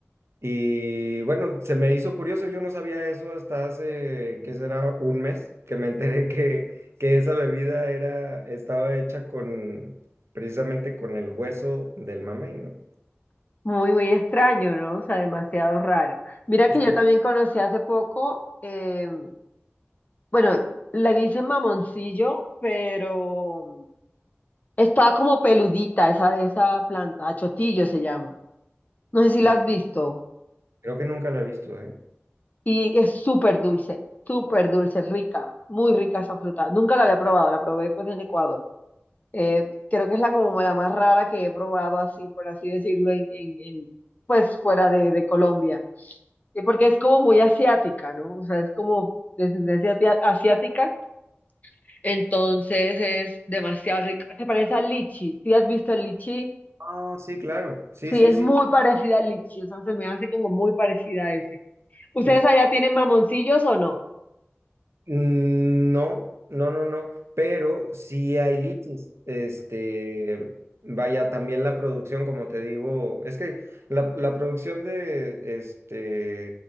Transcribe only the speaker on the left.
Muy, muy extraño, ¿no? O sea, demasiado raro. Mira que
yo también conocí hace poco, eh, bueno, le dicen mamoncillo, pero está como peludita esa, esa planta, achotillo se llama. No sé si
la has visto.
Y es súper dulce, súper dulce, rica, muy rica esa fruta. Nunca la había probado, la probé pues en Ecuador. Eh, creo que es la como la más rara que he probado así, por así decirlo, en, en- en, pues fuera de, de Colombia. Y porque es como muy asiática, ¿no? O sea, es como descendencia atia- asiática, entonces es demasiado rica. Se parece al lichi. ¿Sí has visto el lichi?
Sí,
es
muy parecida al lichi, o sea, se me hace como muy parecida a ese. ¿Ustedes
allá tienen mamoncillos o no?